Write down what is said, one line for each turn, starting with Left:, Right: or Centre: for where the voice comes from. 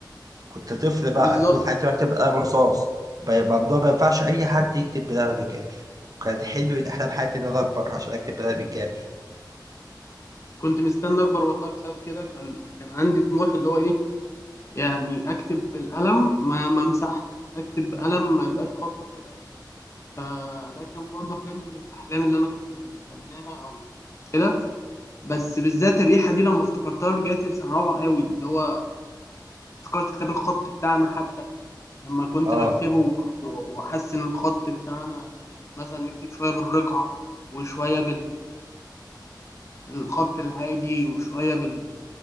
Right: كنت طفل بقى
Left: بالظبط
Right: طول حياتي بكتب بالقلم رصاص ب- ممنوع ما ينفعش اي حد يكتب بالقلم الجاف كان حلم من احلام حياتي ان انا اكبر عشان اكتب بالقلم الجاف
Left: كنت مستني اكبر والله بسبب كده كان كان عندي طموح اللي هو ايه يعني اكتب بالقلم ما ما امسحش اكتب بقلم ما يبقاش خطه كده فده كان برضو حلم من الاحلام اللي انا كنت بستناها او كده بس بالذات الريحه دي لما افتكرتها رجعت السنه رابعه قوي اللي هو افتكرت كتاب الخط بتاعنا حتى لما كنت
Right: اه
Left: بكتبه و- وأحسن الخط بتاعنا مثلا نكتب شوية بالرقعة وشوية بالخط العادي وشوية بال